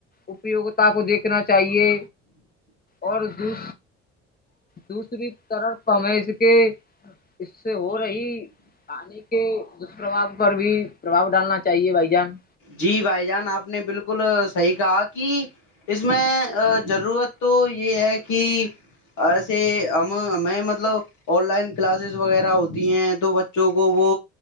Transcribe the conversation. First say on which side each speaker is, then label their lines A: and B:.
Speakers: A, on the left; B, on the left.
A: اپیوگتا کو دیکھنا چاہیے اور دو دوسری طرف ہمیں اس کے اس سے ہو رہی پانی کے دشپرباؤ پر بھی پربھاؤ ڈالنا چاہیے بھائی جان
B: جی بھائی جان آپ نے بالکل صحیح کہا کہ اس میں ضرورت تو یہ ہے کہ ایسے ہم ہمیں مطلب آن لائن کلاسز وغیرہ ہوتی ہیں تو بچوں کو وہ